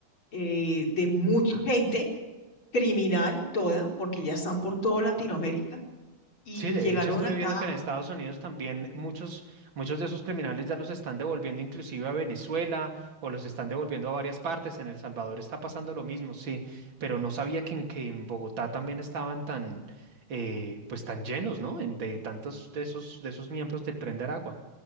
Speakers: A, on the left; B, on the right.
A: eh, de mucha gente criminal toda, porque ya están por toda Latinoamérica y
B: Sí, de
A: llegaron
B: hecho estuve
A: acá,
B: viendo que en Estados Unidos también muchos, muchos de esos criminales ya los están devolviendo inclusive a Venezuela o los están devolviendo a varias partes. En El Salvador está pasando lo mismo, sí, pero no sabía que en, que en Bogotá también estaban tan, eh, pues tan llenos, ¿no? En- de tantos de esos, de esos miembros del Tren de Aragua.